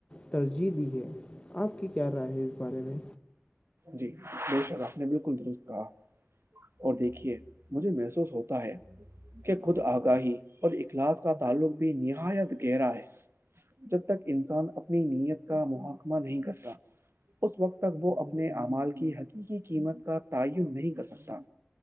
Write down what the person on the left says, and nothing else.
ترجیح دی ہے آپ کی کیا رائے ہے اس بارے میں